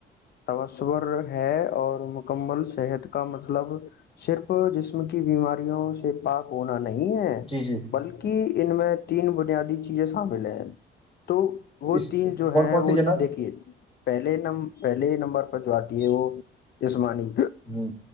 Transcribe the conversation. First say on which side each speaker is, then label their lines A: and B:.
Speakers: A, on the left; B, on the left.
A: تصر ہے اور مکمل صحت کا مطلب صرف جسم کی بیماریوں سے پاک ہونا نہیں نہیں ہے
B: جی جی
A: بلکہ ان میں تین بنیادی چیزیں شامل ہیں تو وہ
B: اس
A: تین جو
B: کون
A: ہے
B: کون سی
A: وہ
B: جناب
A: دیکھیے پہلے نم پہلے نمبر پر جو آتی ہے وہ جسمانی
B: ہ